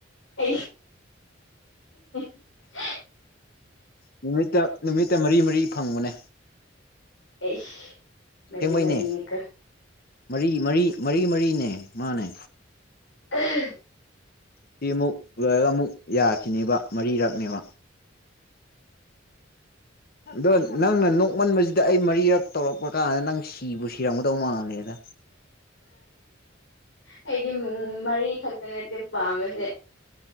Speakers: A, on the left; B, on the left.
A: ꯑꯩ <unintelligible>
B: ꯅꯨꯃꯤꯠꯇ ꯅꯨꯃꯤꯠꯇ ꯃꯔꯤ ꯃꯔꯤ ꯐꯪꯕꯅꯦ
A: ꯑꯩꯁ ꯃꯔꯤ
B: ꯑꯁꯦꯡꯕꯩꯅꯦ
A: ꯃꯔꯤꯅꯤꯀꯣ
B: ꯃꯔꯤ ꯃꯔꯤ ꯃꯔꯤ ꯃꯔꯤꯅꯦ ꯃꯥꯅꯦ
A: <unintelligible>
B: ꯁꯤ ꯑꯃꯨꯛ ꯂꯣꯏꯔꯒ ꯑꯃꯨꯛ ꯌꯥꯈꯤꯅꯦꯕ ꯃꯔꯤꯔꯛꯅꯦꯕ ꯑꯗꯣ ꯅꯪꯅ ꯅꯣꯛꯃꯟꯕꯁꯤꯗ ꯑꯩ ꯃꯔꯤꯔꯛ ꯇꯧꯔꯛꯄ ꯀꯥꯟꯗ ꯅꯪ ꯁꯤꯕꯨ ꯁꯤꯔꯝꯒꯗꯧ ꯃꯥꯜꯂꯦꯗ
A: ꯑ ꯑꯩꯗꯤꯃꯨꯡ ꯃꯔꯤ ꯈꯛꯇ ꯅꯠꯇꯦ ꯄꯥꯝꯕꯁꯦ